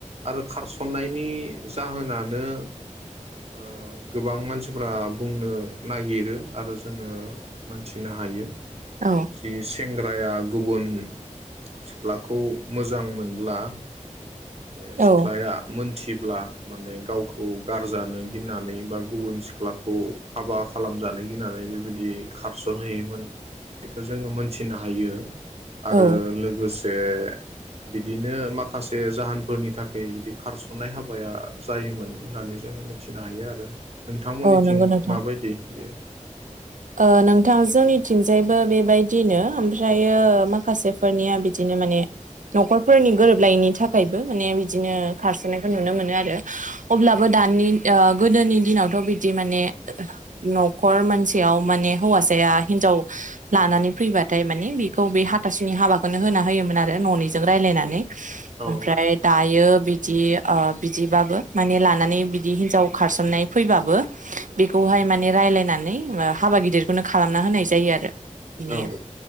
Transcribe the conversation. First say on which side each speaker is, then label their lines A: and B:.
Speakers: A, on the right; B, on the right.
A: आरो खारसन्नायनि जाहोनानो ओ गोबां मानसिफोरा बुंनो नागिरो आरो जोङो मोनथिनो हायो।
B: औ
A: जि सेंग्राया गुबुन सिख्लाखौ मोजां मोनब्ला बे सिख्लाया
B: औ
A: मोन मिथिब्ला माने गावखौ गारजानो गिनानै बा गुबुन सिख्लाखौ हाबा खालामजानो गिनानै बेबायदि खारसनहैयोमोन। बेखौ जोङो मोनथिनो हायो।
B: औ
A: आरो लोगोसे जे बिदिनो माखासे जाहोनफोरनि थाखै बिदि खारसननाय हाबाया जायोमोन होननानै जों मिथिनो हायो आरो। नोंथांमोननिथिं
B: औ नंगौ नोंथां
A: माबायदि बेयो?
B: ओ नोंथां जोंनिथिंजायबो बेबायदिनो ओमफ्रायो माखासेफोरनिया बिदिनो माने न'खरफोरनि गोरोबलायिनि थाखायबो माने बिदिनो खारसननायखौ नुनो मोनो आरो अब्लाबो दानि ओ गोदोनि दिनावथ' बिदि माने न'खर मानसि सेयाव माने हौवासाया हिनजाव लानानै फैबाथाय माने बेखौ बे हाथासुनि हाबाखौनो होना होयोमोन आरो न'निजों रायलायनानै।
A: औ
B: ओमफ्राय दायो बिदि ओ बिदिबाबो माने लानानै बिदि हिनजाव खारसननाय फैबाबो बेखौहाय माने रायलायनानै ओ हाबा गिदिरखौनो खालामना होनाय जायो आरो। <unintelligible>
A: औ